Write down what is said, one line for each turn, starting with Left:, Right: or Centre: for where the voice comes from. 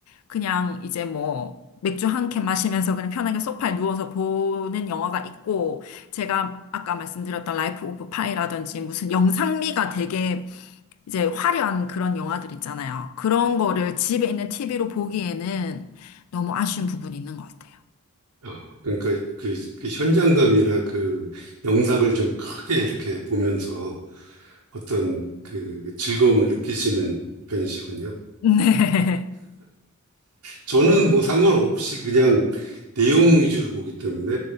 Left: 그냥 이제 뭐, 맥주 한 캔 마시면서 그냥 편하게 소파에 누워서 보는 영화가 있고, 제가 아까 말씀드렸던 라이프 오브 파이라든지 무슨 영상미가 되게 이제 화려한 그런 영화들 있잖아요. 그런 거를 집에 있는 TV로 보기에는 너무 아쉬운 부분이 있는 것 같아요.
Right: 어, 그러니까 그, 그 현장감이나 그 영상을 좀 크게 이렇게 보면서 어떤 그 즐거움을 느끼시는 편이시군요.
Left: <laughs> 네.
Right: 저는 뭐 상관없이 그냥 내용 위주로 보기 때문에